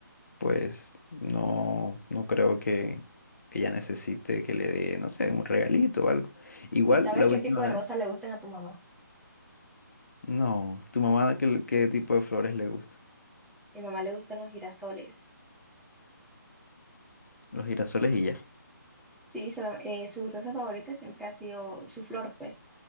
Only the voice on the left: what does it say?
pues no, no creo que ella necesite que le dé, no sé, un regalito o algo. Igual
la
última
vez,
no, tu mamá, ¿qué, qué tipo de flores le gusta?
Los girasoles y ya.